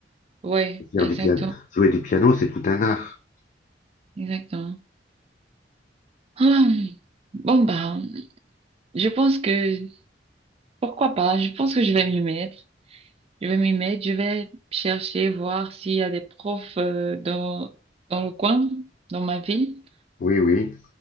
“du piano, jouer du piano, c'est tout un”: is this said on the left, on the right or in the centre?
Left